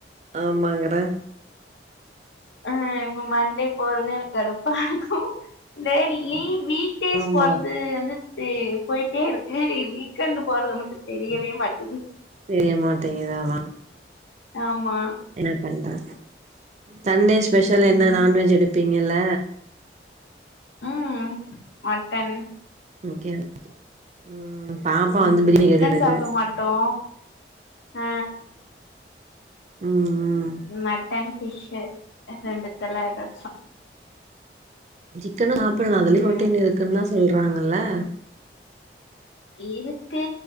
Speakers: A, on the right; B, on the left.
A: ஆமாங்கெற
B: ஆ இப்ப மண் டே போறதே எனக்கு கடுப்பா இருக்கு டெலி லீவ் வீக் டீஸ்
A: ஆமா
B: போர்றது அந்து சி போயிட்டே இருக்கு வீக்கெண்ட் போறது மட்டு தெரியவே மாட்டது
A: தெரியமாட்டேங்கு தா வா
B: ஆமா
A: என்ன தண்டா தண் டே ஸ்பெஷல் என்னனா
B: ம்
A: நான்வெஜ் எடுப்பீங்கல்ல
B: உம் மட்டேன்
A: ஒகே தா உம் பாப்பா
B: ம்
A: வந்து பிரியாணி
B: சிக்கன்
A: கேட்டுட்டுருக்கு
B: சாப்ட மாட்டோ ஆ
A: ம் ம்
B: மட்டன் பிஷ்சு ரெண்டுத்துலா ஏதாச்சு
A: சிக்கனு சாப்படலானு அதுலயு
B: ம்
A: ரொட்டீன் இருக்குன்னு தா சொல்றாங்கல்லே
B: இருக்கு